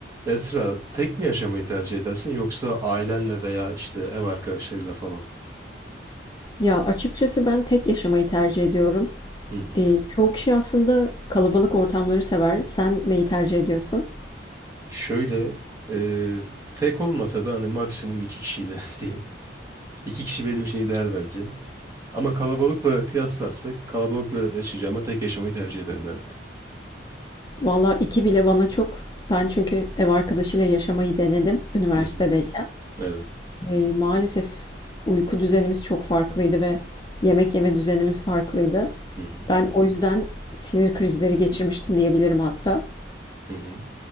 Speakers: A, on the right; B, on the left.
A: Esra, tek mi yaşamayı tercih edersin yoksa ailenle veya işte ev arkadaşlarıyla falan?
B: Ya açıkçası ben tek yaşamayı tercih ediyorum.
A: Hı hı.
B: Ee, çoğu kişi aslında kalabalık ortamları sever. Sen neyi tercih ediyorsun?
A: Şöyle, e, tek olmasa da hani maksimum iki kişiyle <laughs> diyeyim. İki kişi benim için ideal bence. Ama kalabalıkla kıyaslarsak kalabalıkla yaşayacağıma tek yaşamayı tercih ederim evet.
B: Valla iki bile bana çok. Ben çünkü ev arkadaşıyla yaşamayı denedim üniversitedeyken.
A: Hı hı. Evet.
B: Ee, maalesef uyku düzenimiz çok farklıydı ve yemek yeme düzenimiz farklıydı.
A: Hı hı.
B: Ben o yüzden sinir krizleri geçirmiştim diyebilirim hatta.
A: Hı hı.